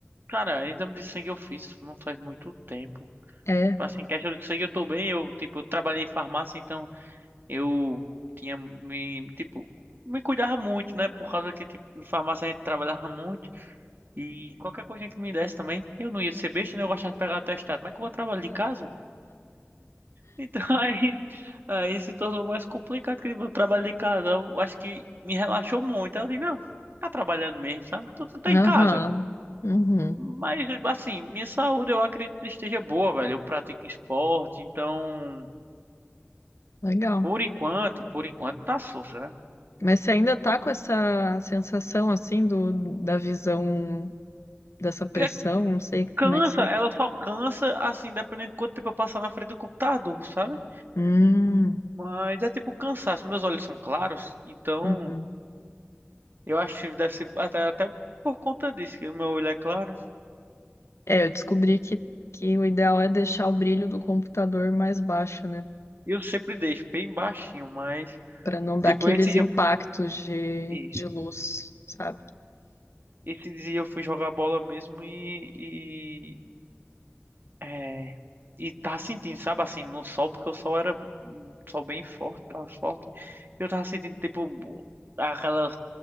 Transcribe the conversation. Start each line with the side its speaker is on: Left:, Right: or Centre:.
Right: Cara, exame de sangue eu fiz não faz muito tempo.
Left: É,
Right: Tipo Assim, questão de sangue eu tô bem. Eu, tipo, trabalhei em farmácia, então. eu tinha me, tipo, me cuidava muito, né? Por causa que, tipo, em farmácia a gente trabalhava muito. E qualquer coisinha que me desse também, eu não ia ser besta, né? Eu gostava de pegar atestado. Mas que eu vou trabalhar de casa? Então <laughs> aí, aí se tornou mais complicado que o trabalho de casa. Eu acho que me relaxou muito. Eu disse, não, tá trabalhando mesmo, sabe? Tu tu tá
Left: aham,
Right: em casa.
Left: uhum,
Right: Mas, assim, minha saúde eu acredito que esteja boa, velho. Eu pratico esporte, então,
Left: legal.
Right: por enquanto, por enquanto tá sussa,
Left: Mas você ainda tá com essa sensação, assim, do, da visão, dessa pressão,
Right: né?
Left: não sei como
Right: Cansa,
Left: é que você...
Right: ela só cansa, assim, dependendo de quanto tempo eu passar na frente do computador, sabe?
Left: Hum,
Right: Mas é tipo cansaço. Meus olhos são claros, então
Left: uhum.
Right: eu acho que deve ser até, até por conta disso, que o meu olho é claro.
Left: É, eu descobri que, que o ideal é deixar o brilho do computador mais baixo, né?
Right: Eu sempre deixo bem baixinho, mas,
Left: para não dar
Right: tipo,
Left: aqueles
Right: esse dia
Left: impactos
Right: eu,
Left: de,
Right: isso,
Left: de luz, sabe?
Right: esse dia eu fui jogar bola mesmo e, É, e tava sentindo, sabe, assim, no sol, porque o sol era um sol bem forte, tava forte. E eu tava sentindo, tipo, aquela.